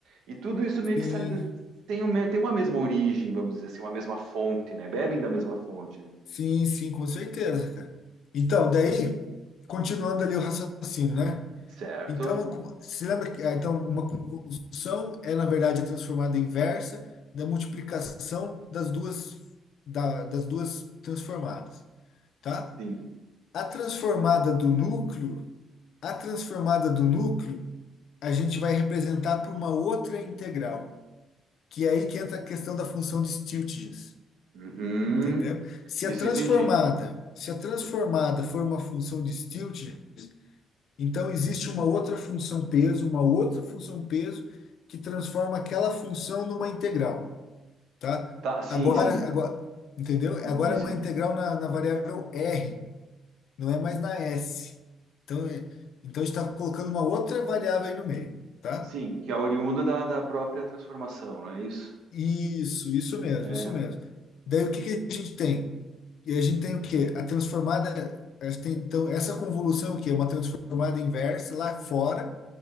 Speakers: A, on the right; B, on the left.
A: E tudo isso meio
B: Sim.
A: que sai. do- Tem, um, tem uma mesma origem, vamos dizer assim, uma mesma fonte, né? Bebem da mesma fonte, né?
B: Sim, sim, com certeza, cara. Então, daí, continuando ali o raciocínio, né?
A: Certo?
B: Então, com- se lembra que ah, então, uma convolução é, na verdade, a transformada inversa da multiplicação das duas, da- das duas transformadas, tá?
A: Sim.
B: A transformada do núcleo, a transformada do núcleo, a gente vai representar por uma outra integral, que é aí que entra a questão da função de Stieltjes.
A: Uhum.
B: Entendeu? Se
A: Isso
B: a transformada,
A: entendi.
B: se a transformada for uma função de Stilt, então existe uma outra função peso, uma outra função peso que transforma aquela função numa integral, tá?
A: Tá, sim,
B: Agora,
A: sim.
B: agora, entendeu?
A: Sim,
B: Agora
A: Isso,
B: é uma integral na, na variável R, não é mais na S. Então, é- então a gente está colocando uma outra variável aí no meio, tá?
A: sim, que é oriunda da, da própria transformação, não é isso?
B: Isso, isso mesmo,
A: É,
B: isso mesmo. Daí o que que a gente tem? E a gente tem o quê? A transformada, a gente tem, então, essa convolução é o quê? É Uma transformada inversa lá fora,